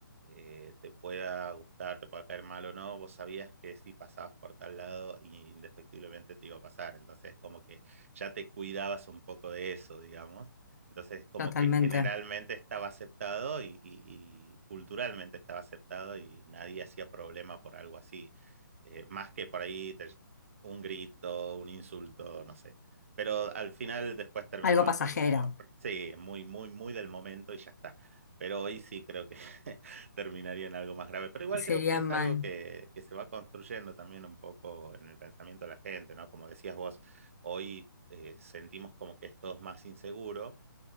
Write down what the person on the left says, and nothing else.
totalmente
algo pasajero.
Sería
mal,